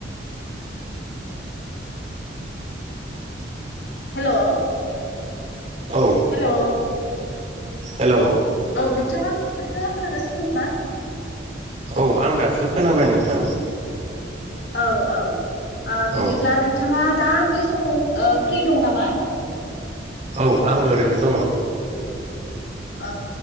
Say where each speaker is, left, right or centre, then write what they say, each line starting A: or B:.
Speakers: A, on the left; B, on the right.
A: हेल'
B: औ
A: हेलौ
B: हेलौ
A: औ नोंथांङा नोंथांङा खोनागासिनो दंना?
B: औ आं दासो खोनाबाय नोंथां
A: औ औ आ बिदिब्ला
B: औ
A: नोंथांङा दा बे समाव ओ फ्रि दं नामा?
B: औ आंङो ओरैनो दंङ
A: औ